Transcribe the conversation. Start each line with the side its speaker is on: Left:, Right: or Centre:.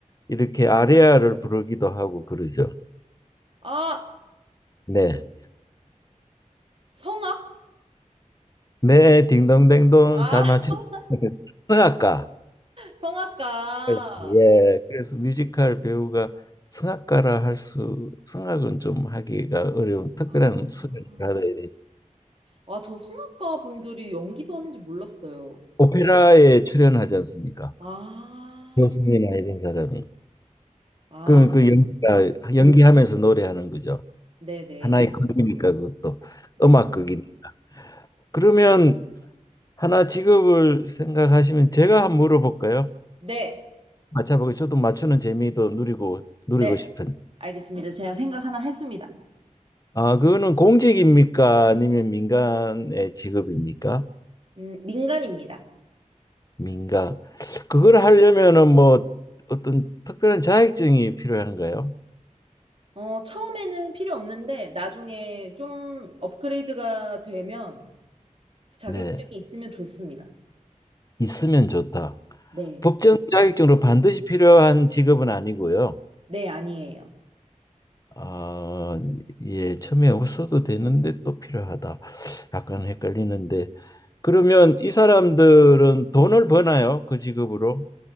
Left: 이렇게 아리아를 부르기도 하고 그러죠.
Right: 아
Left: 네.
Right: 성악?
Left: 네, 딩동댕동
Right: 아
Left: 잘 맞춰.
Right: <laughs> 성,
Left: <laughs> 성악가.
Right: 성악가.
Left: 예, 예. 그래서 뮤지컬 배우가 성악가라 할 수, 성악은 좀 하기가 어려운 특별한
Right: 아,
Left: 수련을
Right: 아,
Left: 받아야 돼.
Right: 아, 저 성악가 분들이 연기도 하는지 몰랐어요.
Left: 오페라에 출연하지 않습니까?
Right: 아,
Left: 교수님이나 이런 사람이.
Right: 아,
Left: 그럼 그 연기가
Right: 그요?
Left: 연기하면서 노래하는 거죠.
Right: 네네,
Left: 하나의 극이니까 그것도
Right: 네,
Left: 음악극이니. 그러면 하나 직업을 생각하시면 제가 한번 물어볼까요?
Right: 네,
Left: 맞춰보고 저도 맞추는 재미도 누리고 누리고
Right: 네,
Left: 싶은데.
Right: 알겠습니다. 제가 생각 하나 했습니다.
Left: 아, 그거는 공직입니까? 아니면 민간의 직업입니까?
Right: 음, 민간입니다.
Left: 민간. 그걸 하려면은 뭐 어떤 특별한 자격증이 필요한가요?
Right: 어, 처음에는 필요 없는데, 나중에 좀 업그레이드가 되면 자격증이
Left: 네.
Right: 있으면 좋습니다.
Left: 있으면 좋다.
Right: 네.
Left: 법정 자격증으로 반드시 필요한 직업은 아니고요.
Right: 네, 아니에요.
Left: 아, 예, 처음에 없어도 되는데 또 필요하다. 약간 헷갈리는데. 그러면 이 사람들은 돈을 버나요? 그 직업으로?